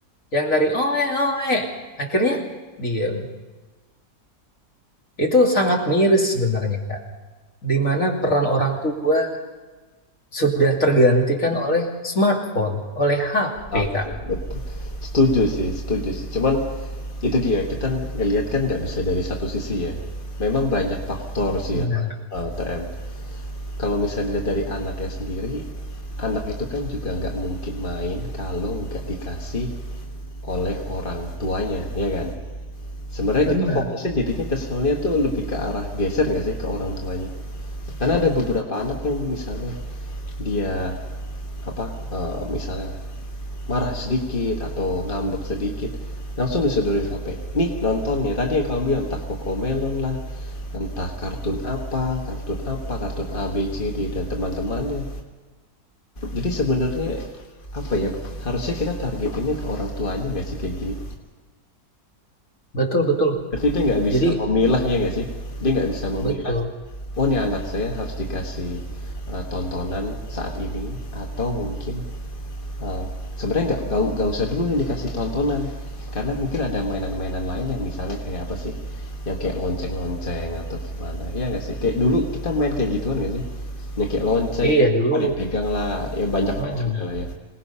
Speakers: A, on the left (about 50°); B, on the left (about 35°).
A: yang dari oe oe akhirnya diem itu sangat miris sebenarnya Kak di mana peran orang tua sudah tergantikan oleh smartphone oleh HP
B: Tapi,
A: Kak
B: betul setuju sih setuju sih cuman itu dia kita ngelihat kan nggak bisa dari satu sisi ya memang banyak faktor sih
A: benar
B: ya Mas, eh, TM kalau misalnya dilihat dari anaknya sendiri anak itu kan juga nggak mungkin main kalau nggak dikasih oleh orang tuanya ya kan sebenarnya
A: benar
B: kita fokusnya jadinya keselnya tuh lebih ke arah geser nggak sih ke orang tuanya karena ada beberapa anak yang misalnya dia apa eh, misalnya marah sedikit atau ngambek sedikit langsung disodorin HP nih nonton ya tadi yang kamu bilang entah Kokomelon lah entah kartun apa kartun apa kartun A B C D dan teman-temannya jadi sebenarnya apa ya harusnya kita targetinnya ke orang tuanya nggak sih kayak gini
A: betul betul
B: berarti dia nggak bisa
A: jadi
B: memilah ya nggak sih dia nggak bisa memilah
A: betul
B: oh ini anak saya harus dikasih eh, tontonan saat ini atau mungkin Eh, sebenarnya nggak nggak nggak usah dulu nih dikasih tontonan karena mungkin ada mainan-mainan lain yang misalnya kayak apa sih yang kayak lonceng-lonceng atau gimana ya nggak sih kayak dulu kita main kayak gituan nggak sih yang kayak lonceng
A: iya dulu
B: apa dipegang lah ya banyak
A: Heeh.
B: macamnya lah ya